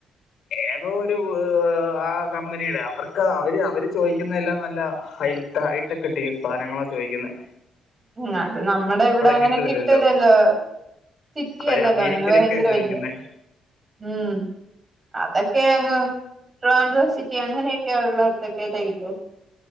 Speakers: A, on the left; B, on the right.
A: ഏതോ ഒരു ആ കമ്പനിയുടെ അവർക്ക് അവര് അവര് ചോദിക്കുന്നതെല്ലാം നല്ല ഹൈൽട്ട ഹൈട്ടൊക്കെ ഇട്ട്ഈ സാധനങ്ങളാ ചോയിക്കുന്നേ.
B: ഉം അത് നമ്മുടെ ഇവിടെ അങ്ങനെ
A: കിട്ടൂലല്ലോ
B: കിട്ടലല്ലോ? സിറ്റി
A: അവര്
B: അല്ലല്ലോ
A: അമേരിക്കനൊക്കെയാ
B: അങ്ങനെ ഭയങ്കര
A: ചോദിക്കുന്നത്
B: വലിയ ഉം. അതൊക്കെ അങ്ങ് ട്രിവാൻഡ്രം സിറ്റി അങ്ങനെയൊക്കെയ ഒള്ളടത്തൊക്കെ ത്ട്ടു.